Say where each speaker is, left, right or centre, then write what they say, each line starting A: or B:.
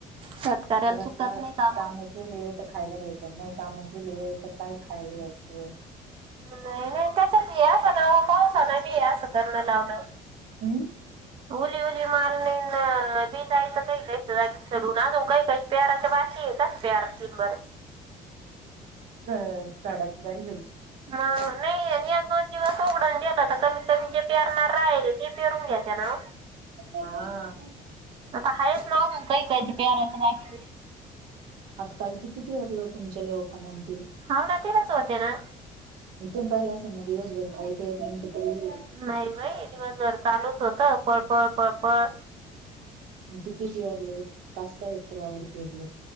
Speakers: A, on the right; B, on the right.
A: शेतकऱ्याला
B: घरसला
A: चुकत नाही काम
B: कामं केले तर खायला येइल नाही कामं केले तर काय खायला घ्यायचं
A: नाही नाही त्याच्यात यास ना पाऊसा ना मी यास कर्ण लावणं
B: हम्म
A: उली उली माल नाही मी जायचं काही काहीच जागीच सडून आण काही काही पेराचं बाकी आहे का पेरती बरं
B: अ साडाची वारी झाली
A: मग नाही आणि एक दोन दिवस उघडून गेलं तर कमीत कमी जे पेरणार राहिले ते पेरून घेता ना
B: हा
A: आता हायच ना अजून काय काय प्याराचं बाकी
B: आता काल किती पेरलं तुमच्या लोकांनी ते
A: हा ना तिलाच होते ना
B: तुम पाहिला असल ना दिवसभर मिनिट तरी उभे.
A: नाही बाई दिवसभर चालूच होतं पळपळ पळपळ
B: किती पेरलं पाच सहा एकर वावर पेरलं